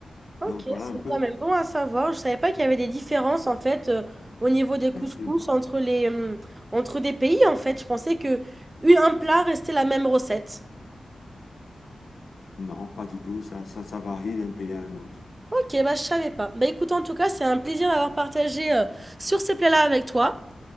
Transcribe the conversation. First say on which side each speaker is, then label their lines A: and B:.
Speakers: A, on the right; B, on the left.
A: Ok,
B: Donc voilà
A: c'est
B: un peu.
A: quand même bon à savoir. Je savais pas qu'il y avait des différences en fait euh, au niveau des couscous
B: Bien sûr.
A: entre les, hum, entre des pays en fait. Je pensais que une- un plat restait la même recette.
B: Non, pas du tout. Ça, ça, ça varie d'un pays à un autre.
A: Ok, bah je savais pas. Bah écoute, en tout cas, c'est un plaisir d'avoir partagé euh, sur ces plats-là avec toi.